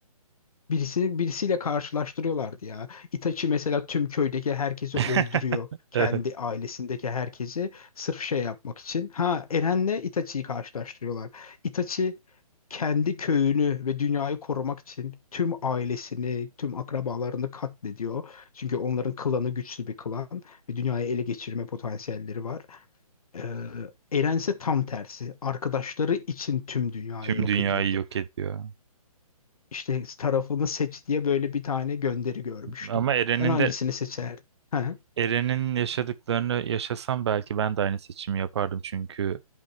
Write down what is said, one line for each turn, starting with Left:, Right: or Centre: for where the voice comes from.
Left: birisini birisiyle karşılaştırıyorlardı ya. Itachi mesela tüm köydeki herkesi
Right: <laughs>
Left: öldürüyor. Kendi
Right: Evet.
Left: ailesindeki herkesi sırf şey yapmak için. Ha Eren'le Itachi'yi karşılaştırıyorlar. Itachi kendi köyünü ve dünyayı korumak için tüm ailesini, tüm akrabalarını katlediyor. Çünkü onların klanı güçlü bir klan ve dünyayı ele geçirme potansiyelleri var. Ee, Eren ise tam tersi. Arkadaşları için tüm dünyayı
Right: Tüm
Left: yok
Right: dünyayı
Left: ediyordu.
Right: yok ediyor.
Left: İşte tarafını seç diye böyle bir tane gönderi görmüştüm.
Right: Ama Eren'in
Left: Sen hangisini
Right: de
Left: seçerdin? Ha?
Right: Eren'in yaşadıklarını yaşasam belki ben de aynı seçimi yapardım çünkü